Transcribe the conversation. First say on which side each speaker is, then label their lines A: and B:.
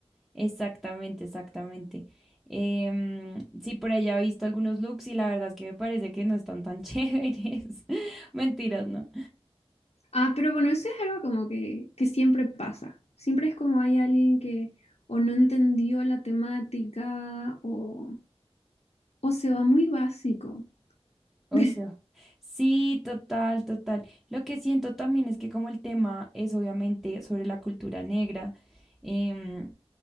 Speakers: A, in the centre; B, on the left.
A: exactamente, exactamente. Em, sí, por allá he visto algunos looks y la verdad es que me parece que no están tan <laughs> chéveres. Mentiras, ¿no?
B: Ah, pero bueno, eso es algo como que, que siempre pasa. Siempre es como hay alguien que o no entendió la temática o, o se va muy básico.
A: Ocio.
B: <laughs>
A: Sí, total, total. Lo que siento también es que como el tema es obviamente sobre la cultura negra, em,